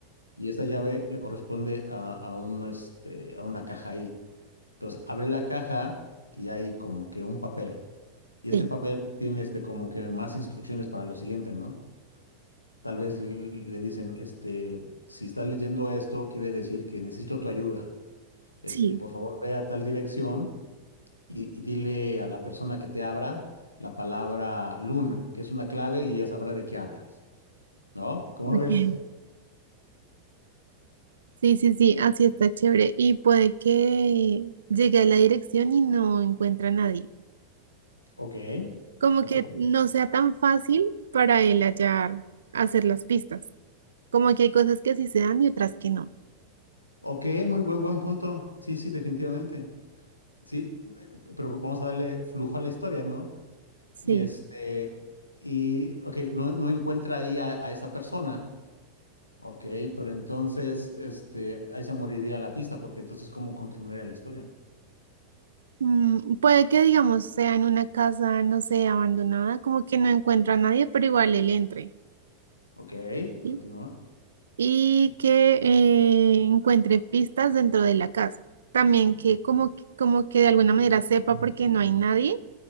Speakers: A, on the left; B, on the right.
A: y esta llave le corresponde a, a un, este, a una caja ahí. Entonces abre la caja y hay como que un papel. Y este
B: sí,
A: papel tiene este, como que más instrucciones para lo siguiente, ¿no? Tal vez le, le dicen, este, si estás leyendo esto, quiere decir que necesito tu ayuda. Este,
B: sí.
A: por favor, ve a tal dirección y, y dile a la persona que te abra la palabra luna, que es una clave y ella sabrá de qué hablas, ¿no? ¿Cómo
B: ok.
A: ves?
B: Sí, sí, sí, así está chévere. Y puede que llegue a la dirección y no encuentra a nadie.
A: Ok,
B: como
A: ok.
B: que no sea tan fácil para él hallar, hacer las pistas. Como que hay cosas que sí se dan y otras que no.
A: Ok, muy buen, buen punto. Sí, sí, definitivamente. Sí, eh, pero vamos a darle flujo a la historia, ¿no?
B: Sí,
A: Y este, y, ok, no, no encuentra ahí a, a esa persona, ok, pero entonces, este, ahí se moriría la pista, porque entonces, ¿cómo continuaría la historia?
B: Mm, puede que, digamos, sea en una casa, no sé, abandonada, como que no encuentra a nadie, pero igual él entre,
A: Ok,
B: ¿sí?
A: continúa.
B: Y que eh, encuentre pistas dentro de la casa. También que como, que- como que de alguna manera sepa por qué no hay nadie